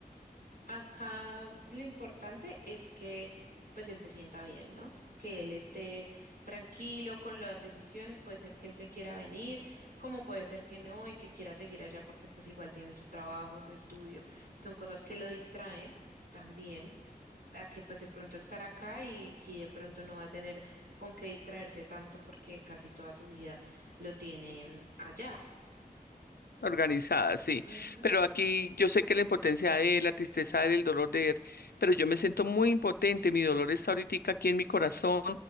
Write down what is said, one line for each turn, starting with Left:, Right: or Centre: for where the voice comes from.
Right: Acá lo importante es que pues él se sienta bien, ¿no? que él esté tranquilo con las decisiones, puede ser que él se quiera venir, como puede ser que no y que quiera seguir allá porque pues igual tiene su trabajo, su estudio, y son cosas que lo distraen también. a que pues de pronto estar acá y si de pronto no va a tener con qué distraerse tanto porque casi toda su vida lo tiene allá.
Left: Organizada, sí.
Right: Ujú,
Left: Pero aquí yo sé que la impotencia de él, la tristeza de él, el dolor de él, pero yo me siento muy impotente. Mi dolor está ahorita aquí en mi corazón,